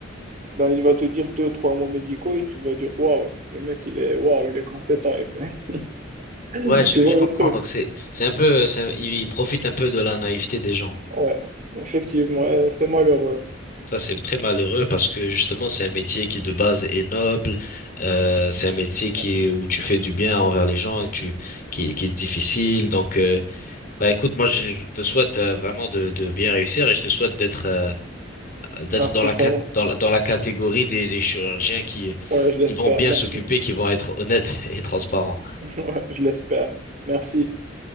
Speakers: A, on the right; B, on the left.
A: ben, il va te dire deux, trois mots médicaux et tu vas dire, waouh, le mec, il est, waouh, il est compétent. Et ben, <laughs>
B: Ouais, je,
A: Tu vois
B: je comprends.
A: le truc?
B: Donc c'est c'est un peu euh, c'est- ils ils profitent un peu de la naïveté des gens.
A: Ouais, effectivement, ouais, c'est malheureux.
B: Ça, c'est très malheureux parce que justement, c'est un métier qui de base est noble. Euh, c'est un métier
A: Ouais.
B: qui où tu fais du bien envers les gens et tu qui qui est difficile. Donc euh, Bah écoute, moi je je te souhaite euh, vraiment de, de bien réussir et je te souhaite d'être euh, d'être
A: Merci,
B: dans la,
A: frérot.
B: cat- dans la dans la catégorie des, des chirurgiens qui
A: Ouais, je l'espère.
B: qui vont bien
A: Merci.
B: s'occuper, qui vont être honnêtes <laughs> et transparents.
A: <laughs> Ouais, je l'espère. Merci.